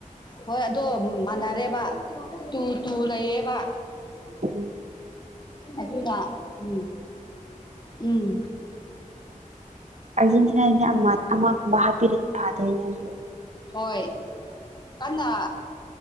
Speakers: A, on the left (about 30°); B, on the right (about 55°).
A: ꯍꯣꯏ ꯑꯗꯣ ꯃꯥꯟꯅꯔꯦꯕ ꯇꯨ ꯇꯨ ꯂꯩꯌꯦꯕ
B: ꯎꯝ
A: ꯑꯗꯨꯅ ꯎꯝ ꯎꯝ
B: ꯑꯥꯔꯖꯦꯟꯇꯤꯅꯥꯒꯤ ꯑꯃ ꯑꯃꯒꯨꯝꯕ ꯍꯥꯞꯄꯤꯔꯗꯤ ꯐꯗꯨꯏꯅꯦ ꯍꯧꯖꯤꯛ
A: ꯍꯣꯏ ꯀꯟꯅꯥ